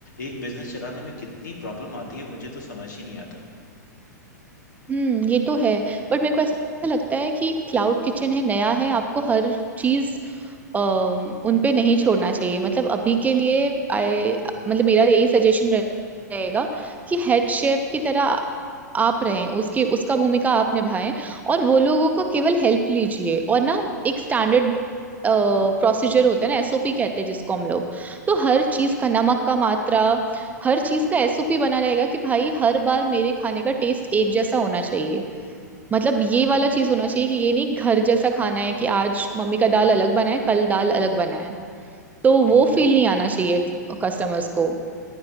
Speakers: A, on the left; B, on the right.
A: एक बिजनेस चलाने में कितनी प्रॉब्लम आती है मुझे तो समझ ही नहीं आता
B: हम्म ये तो है बट मेरे को ऐसा लगता है कि क्लाउड किचन है नया है आपको हर चीज अम, उन पे नहीं छोड़ना चाहिए मतलब अभी के लिए आई मतलब मेरा यही सजेशन रहेगा कि हेड शेफ की तरह आप रहें उसकी उसका भूमिका आप निभाएं और वो लोगों का केवल हेल्प लीजिए और ना एक स्टैंडर्ड प्रोसीजर होता है ना एसओपी कहते हैं जिसको हम लोग तो हर चीज का नमक का मात्रा हर चीज का एसओपी बना रहेगा कि भाई हर बार मेरे खाने का टेस्ट एक जैसा होना चाहिए मतलब ये वाला चीज होना चाहिए कि ये नहीं घर जैसा खाना है कि आज मम्मी का दाल अलग बना है कल दाल अलग बना है तो
A: हम्म
B: वो फील नहीं आना चाहिए कस्टमर्स को